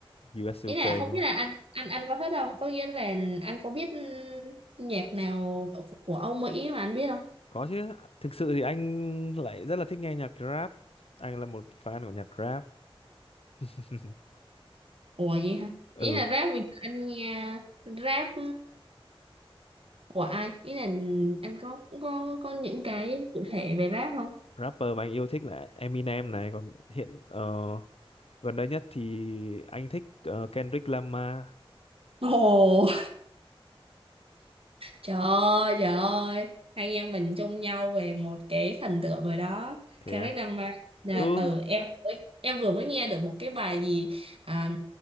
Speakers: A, on the left; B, on the right.
A: US
B: ý
A: UK
B: là không
A: đúng
B: biết
A: không
B: là anh anh anh có thích không có nghĩa là anh có biết ừm, nhạc nào của ông Mỹ mà anh biết không
A: có chứ thực sự thì anh lại rất là thích nghe nhạc rap anh là một fan của nhạc rap <laughs>
B: Ủa vậy hả?
A: ừ
B: Ý là rap bây giờ anh nghe rap của ai? Ý là anh có có có những cái cụ thể về rap không?
A: rapper mà anh yêu thích là Eminem này còn hiện ờ, gần đây nhất thì anh thích ờ, Kendrick Lamar
B: Ồ, trời ơi, trời ơi. Hai anh em mình chung nhau về một cái thần tượng rồi đó.
A: thế
B: Kendrick
A: à
B: Lamar. Là,
A: ừ
B: ừ, em em vừa mới nghe được một cái bài gì à,